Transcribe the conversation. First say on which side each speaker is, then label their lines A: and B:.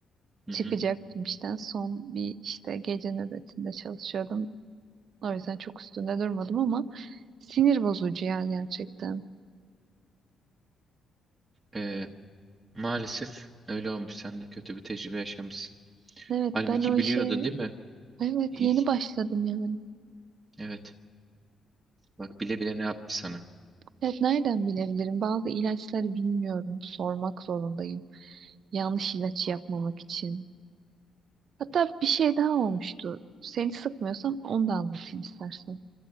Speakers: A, on the right; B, on the right.
A: Hı
B: Çıkacaktım
A: hı.
B: işten. Son bir işte gece nöbetinde çalışıyordum. O yüzden çok üstünde durmadım ama sinir bozucu ya gerçekten.
A: Ee, maalesef öyle olmuş. Sen de kötü bir tecrübe yaşamışsın.
B: Evet
A: Halbuki
B: ben o işe
A: biliyordu değil mi?
B: evet
A: İlk,
B: yeni başladım yani.
A: evet. Bak bile bile ne yapmış sana.
B: Evet nereden bilebilirim? Bazı ilaçları bilmiyorum. Sormak zorundayım. Yanlış ilaç yapmamak için. Hatta bir şey daha olmuştu. Seni sıkmıyorsam onu da anlatayım istersen.